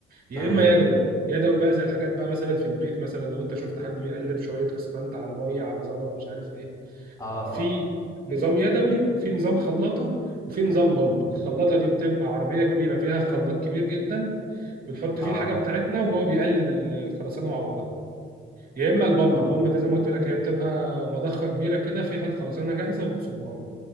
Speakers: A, on the right; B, on the left.
A: يا
B: تمام
A: اما يدوي يدوي بقى زي الحاجات بقى مثلا في البيت مثلا لو انت شفت حد بيقلب شويه اسفنت على ميه على زلط مش عارف ايه
B: اه اه
A: في نظام يدوي وفي نظام خلاطه وفي نظام بامب الخلاطه دي بتبقى عربيه كبيره فيها خلاط كبير جدا بنحط
B: اه
A: فيه الحاجه بتاعتنا وهو بيقلب ال- الخرسانه مع بعضها يا اما البامب
B: اه
A: البامب ده زي ما قلت لك هي بتبقى مضخه كبيره كده فيها الخرسانه جاهزه وبتصبها لك